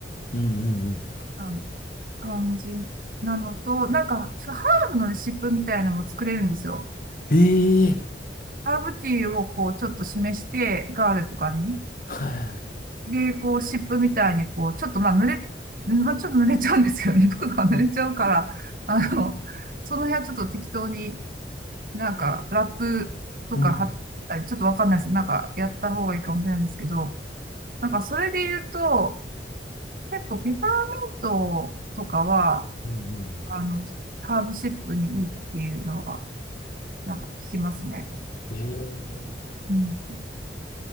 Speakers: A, on the left (about 50°); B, on the right (about 50°).
A: うんうんうん。
B: あの感じなのと、なんか、そうハーブのレシピみたいなのも作れるんですよ。
A: ええ
B: ハーブティーをこう、ちょっと示して、ガールとかに。
A: は
B: で、こう、シップみたいに、こう、ちょっとまあ、濡れ、まあ、ちょっと濡れちゃうんですよね。服とか濡れちゃうから、
A: い。
B: あの、その辺はちょっと適当になんか、ラップとか貼ったり、
A: うんうん
B: ちょっとわかんないです。なんか、やった方がいいかもしれないんですけど、なんか、それで言うと、結構、ペパーミントとかは、
A: うんうん
B: あの、ハーブシップにいいっていうのは、なんか、聞きますね。
A: うん。ええ
B: うん。